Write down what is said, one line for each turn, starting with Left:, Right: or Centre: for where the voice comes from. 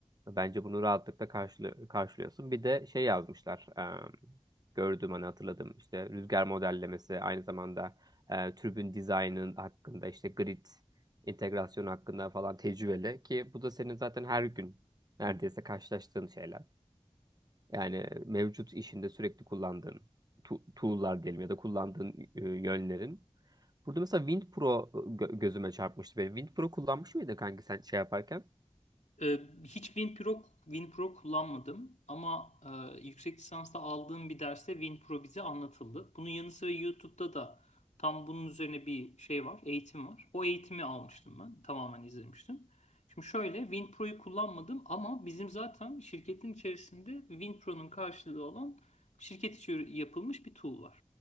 Right: bence bunu rahatlıkla karşılı- karşılıyorsun. Bir de şey yazmışlar e, gördüm hani hatırladım işte rüzgar modellemesi aynı zamanda e, türbün dizaynının hakkında işte grid entegrasyonu hakkında falan tecrübeli ki bu da senin zaten her gün neredeyse karşılaştığın şeyler. Yani mevcut işinde sürekli kullandığın tu- tool'lar diyelim ya da kullandığın e, yönlerin. Burada mesela WindPro gö- gözüme çarpmıştı benim. WindPro kullanmış mıydın kanki sen şey yaparken?
Left: Ee, hiç WinPro, WinPro kullanmadım ama e, yüksek lisansta aldığım bir derste WinPro bize anlatıldı. Bunun yanı sıra YouTube'da da tam bunun üzerine bir şey var, eğitim var. O eğitimi almıştım ben, tamamen izlemiştim. Şimdi şöyle WinPro'yu kullanmadım ama bizim zaten şirketin içerisinde WinPro'nun karşılığı olan şirket içi yapılmış bir tool var.